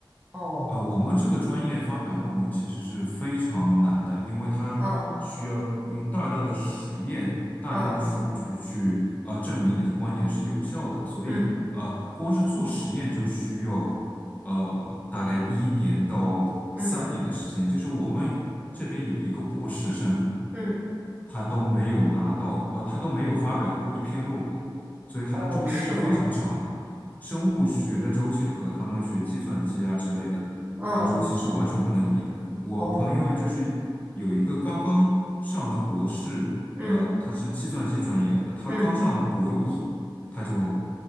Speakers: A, on the right; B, on the left.
A: 哦，
B: 呃，我们这个专业发表论文其实是非常难的，因为它需要用大量的实验、
A: 嗯
B: 大量的数据去呃证明你的观点是有效的，
A: 嗯
B: 所以呃，
A: 嗯
B: 光是做实验就需要呃大概一年到三年的时间。
A: 嗯
B: 就是我们这边有一个博士生，
A: 嗯，
B: 他都没有拿到，呃，他都没有发表过一篇论文，所以他的周期是非常长的。
A: 哦，是吗？
B: 生物学的周期和他们学计算机啊之类的，
A: 嗯，
B: 呃，周期是完全不能比的。我朋友就是有一个刚刚上了博士，
A: 哦，嗯
B: 呃，他是计算机专业的，他刚上博一，
A: 嗯
B: 他就